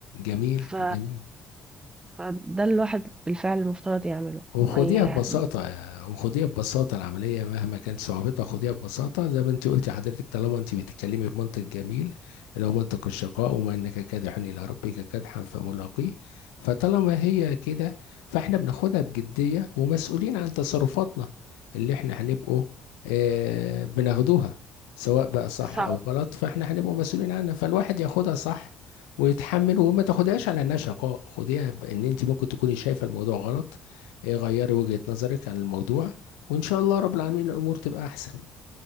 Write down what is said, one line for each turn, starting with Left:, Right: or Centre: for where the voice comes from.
Left: جميل
Right: ف
Left: جميل
Right: فده الواحد بالفعل المفترض يعمله
Left: وخديها
Right: ما ي...
Left: ببساطة وخديها ببساطة العملية مهما كانت صعوبتها خديها ببساطة زي ما انت قلتي حضرتك طالما انت بتتكلمي بمنطق جميل اللي هو منطق الشقاء وما انك كادح الى ربك كدحا فملاقيه فطالما هي كده فاحنا بناخدها بجدية ومسؤولين عن تصرفاتنا اللي احنا هنبقوا اه بناخدوها سواء بقى صح
Right: صح
Left: او غلط فاحنا هنبقوا مسؤولين عنها فالواحد ياخدها صح ويتحمل وما تاخدهاش على انها شقاء خديها بان انت ممكن تكوني شايفه الموضوع غلط ايه غيري وجهة نظرك عن الموضوع وان شاء الله رب العالمين الامور تبقى احسن